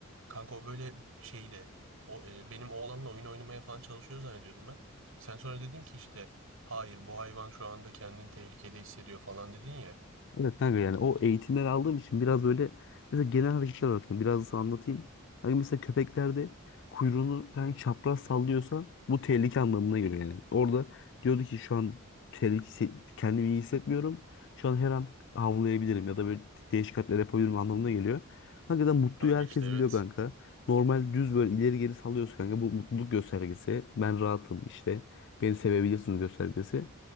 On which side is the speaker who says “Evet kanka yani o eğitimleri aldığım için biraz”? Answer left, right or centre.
Left